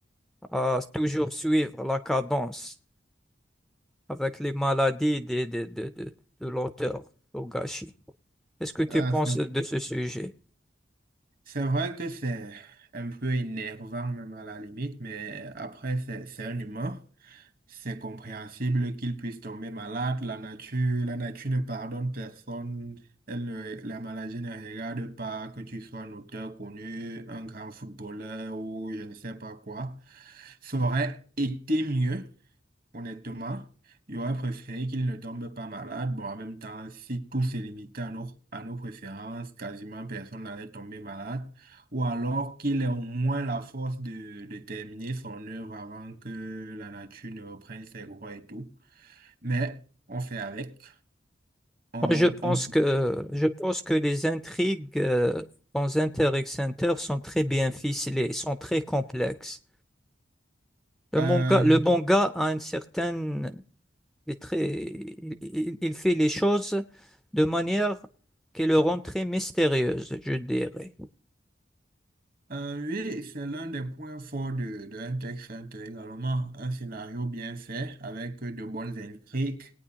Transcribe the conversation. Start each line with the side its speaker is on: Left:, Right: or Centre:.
Centre: à, à toujours suivre la cadence avec les maladies des- des- de, de, de l'auteur, Togashi. Qu'est-ce que tu
Right: Ah,
Centre: penses
Right: c'est
Centre: de ce sujet?
Right: c'est vrai que c'est un peu énervant même à la limite, mais après c'est c'est un humain. C'est compréhensible qu'il puisse tomber malade. La nature, la nature ne pardonne personne. Elle ne- la maladie ne regarde pas que tu sois un auteur connu, un grand footballeur ou je ne sais pas quoi. Ça aurait été mieux Honnêtement, j'aurais préféré qu'il ne tombe pas malade. Bon, en même temps, si tout se limitait à nos, à nos préférences, quasiment personne n'allait tomber malade. Ou alors qu'il ait au moins la force de, de terminer son œuvre avant que la nature ne reprenne ses droits et tout. Mais on fait avec. On,
Centre: Moi, je pense
Right: on...
Centre: que, je pense que les intrigues euh, dans Inter X Inter sont très bien ficelées, sont très complexes. Le
Right: Euh,
Centre: manga, le manga a une certaine, il est très, il, il- il fait les choses de manière qui le rend très mystérieuse, je dirais.
Right: Euh, oui, c'est l'un des points forts de, d'un texte intérêt également. Un scénario bien fait avec de bonnes intrigues